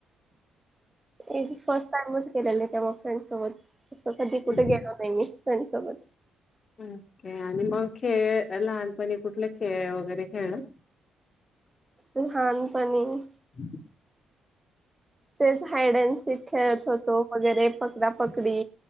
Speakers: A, on the right; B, on the left.
A: एक फर्स्ट टाइमच गेलेले तेव्हा फ्रेंडसोबत तसं कधी कुठ
B: हम्म.
A: गेलो नाय मी फ्रेंडसोबत
B: हं ओके आणि म खेळ लहानपणी कुठला खेळ वगैरे खेळला
A: लहानपणी-
B: <unintelligible>
A: तेच हायअँड सीक खेळत होतो वगैरे पकडापकडी